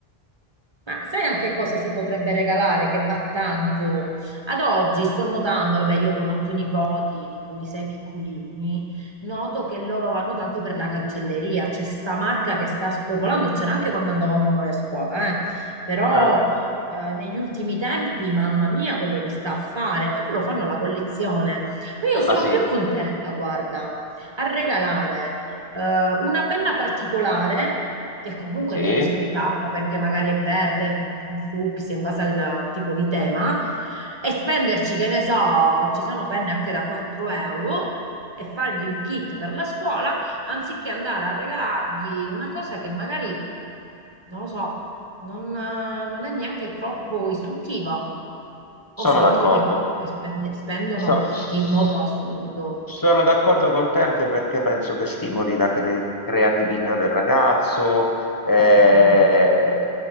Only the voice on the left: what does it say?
Eh,
ma sì,
sì,
sono
d'accordo.
So- s- s-
Sono d'accordo con te anche perché penso che stimoli la cre- creatività del ragazzo eh,